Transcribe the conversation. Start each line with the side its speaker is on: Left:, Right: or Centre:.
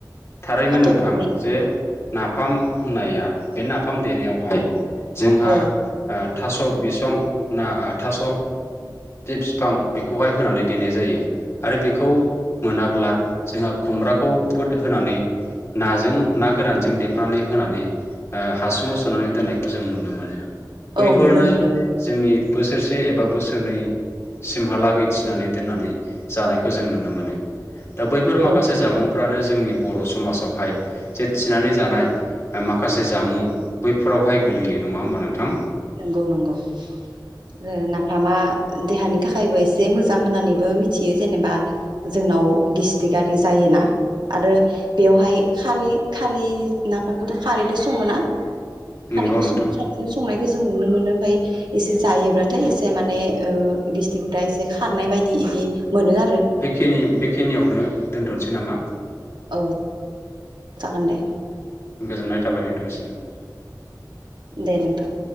Left: थारैनो
Right: खाथबनानै
Left: नोंथां जे नाफाम होननाया बे नाफाम देनायावहाय जोंहा
Right: औ
Left: ओ थास' बिसं ना थास' जे बिफां बेखौहाय होनानै देनाय जायो आरो बेखौ मोनाब्ला जोंहा खुमब्राखौ बुद होनानै नाजों ना गोरानजों देफानानै होनानै हासुङाव सोनानै दोननायखौ जों नुनो मोनो। बैफोरनो
Right: औ नुनो मोनो
Left: जोंनि बोसोरसे एबा बोसोरनैसिमहालागै थिनानै दोननानै जानायखौ जों नुनो मोनो। दा बैफोर माखासे
Right: औ
Left: जामुं फ्रानो जोंनि बर' समाजावहाय जे थिनानै जानाय माखासे जामुं बैफोरावहाय गोगलैयो नङा होमबा नोंथां?
Right: नंगौ नंगौ नाफामा देहानि थाखायबो एसे मोजां होननानैबो मिथियो जेनेबा जोंनाव गेस्थिकारि जायोना आरो बेवहाय खारै खारै नाफामखौथ' खारैदो सङोना? खारैखौ
Left: नंगौ नोंथां
Right: स खारैखौ संनाय जों नुनो मोनो ओमफ्राय एसे जायोब्लाथाय एसे माने गिस्टकफ्रा एसे खारनाय बायदि इदि मोनो आरो
Left: बेखिनि बेखिनियावनो दोनथ'नोसै नामा?
Right: औ जागोन दे।
Left: गोजोननाय थाबाय नोंथांनिसिम।
Right: दे नोंथां।